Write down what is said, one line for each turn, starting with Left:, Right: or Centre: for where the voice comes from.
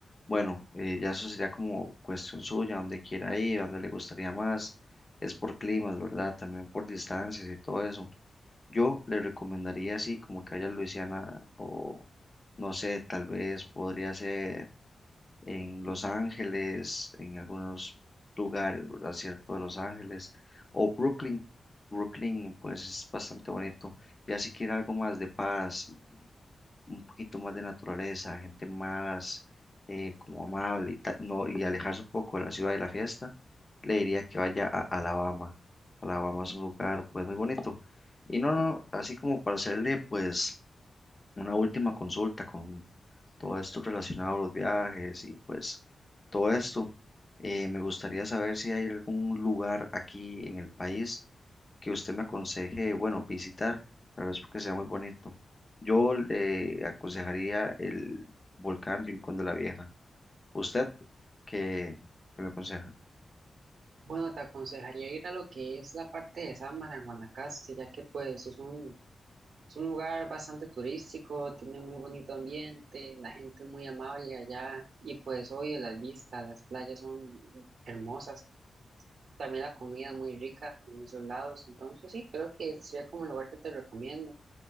Left: bueno, eh, ya eso sería como cuestión suya, dónde quiera ir, dónde le gustaría más. Es por climas, ¿verdad? También por distancias y todo eso. Yo le recomendaría así, como que vaya a Luisiana o no sé, tal vez podría ser en Los Ángeles, en algunos lugares, ¿verdad? Cierto, de Los Ángeles, o Brooklyn. Brooklyn, pues es bastante bonito. Ya si quiere algo más de paz y un poquito más de naturaleza, gente más eh, como amable y, ta- no, y alejarse un poco de la ciudad y la fiesta, le diría que vaya a Alabama. Alabama es un lugar pues muy bonito. Y no, no, no, así como para hacerle pues una última consulta con todo esto relacionado a los viajes y pues todo esto. Eh, me gustaría saber si hay algún lugar aquí en el país que usted me aconseje, bueno, visitar, tal vez porque sea muy bonito. Yo le aconsejaría el volcán Rincón de la Vieja. ¿Usted qué, qué me aconseja?
Right: Bueno, te aconsejaría ir a lo que es la parte de Samara en Guanacaste, ya que pues es un, es un lugar bastante turístico, tiene muy bonito ambiente, la gente es muy amable allá y pues oye las vistas, las playas son hermosas, también la comida es muy rica en esos lados, entonces sí, creo que ese sería como el lugar que te recomiendo.